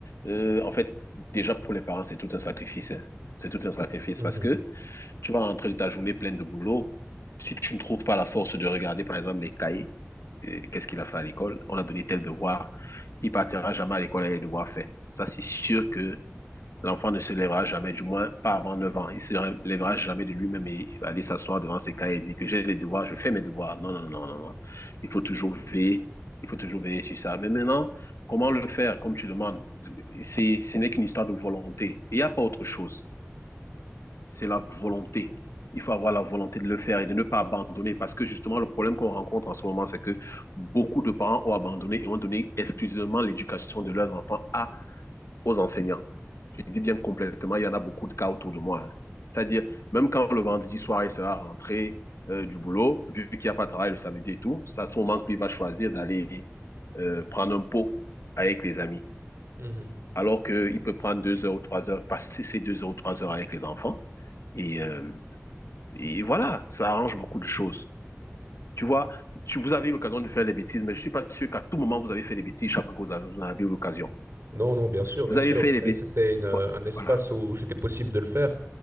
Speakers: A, on the left; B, on the right.
A: euh, en fait, déjà pour les parents, c'est tout un sacrifice. hein. C'est tout un sacrifice
B: Mhm,
A: parce que tu vas rentrer de ta journée pleine de boulot. Si tu ne trouves pas la force de regarder, par exemple, les cahiers, euh, qu'est-ce qu'il a fait à l'école? On a donné tel devoir. Il partira jamais à l'école avec les devoirs faits. Ça, c'est sûr que L'enfant ne se lèvera jamais, du moins pas avant 9 ans. Il ne se lèvera jamais de lui-même et aller s'asseoir devant ses cahiers et dire que j'ai les devoirs, je fais mes devoirs. Non, non, non, non, non. Il faut toujours veiller. Il faut toujours veiller sur ça. Mais maintenant, comment le faire, comme tu demandes? C'est, ce n'est qu'une histoire de volonté. Il n'y a pas autre chose. C'est la volonté. Il faut avoir la volonté de le faire et de ne pas abandonner parce que justement, le problème qu'on rencontre en ce moment, c'est que beaucoup de parents ont abandonné et ont donné exclusivement l'éducation de leurs enfants à, aux enseignants. Je dis bien complètement, il y en a beaucoup de cas autour de moi. hein. C'est-à-dire, même quand le vendredi soir, il sera rentré euh, du boulot, vu qu'il n'y a pas de travail le samedi et tout, c'est ça, son manque, lui, va choisir d'aller euh, prendre un pot avec les amis.
B: mhm.
A: Alors qu'il peut prendre deux heures ou trois heures, passer ces deux heures ou trois heures avec les enfants. Et, euh, et voilà, ça arrange beaucoup de choses. Tu vois, tu, vous avez eu l'occasion de faire des bêtises, mais je ne suis pas sûr qu'à tout moment, vous avez fait des bêtises chaque fois que vous avez- vous en avez eu l'occasion.
B: Non, non, bien sûr,
A: Vous
B: bien
A: avez
B: sûr.
A: fait des
B: Mais
A: bêtises.
B: c'était une, euh, un espace
A: Voilà,
B: où c'était possible de le faire.